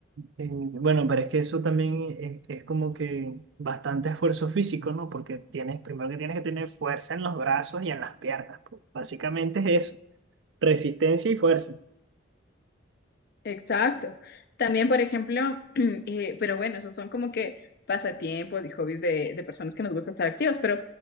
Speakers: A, on the right; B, on the left.
A: Eh, bueno, pero es que eso también es, es como que bastante esfuerzo físico, ¿no? Porque tienes, primero que tienes que tener fuerza en los brazos y en las piernas. pues. Básicamente es eso, resistencia y fuerza.
B: Exacto. También, por ejemplo, <clears throat> eh, pero bueno, esos son como que pasatiempos y hobbies de, de personas que nos gusta estar activas, pero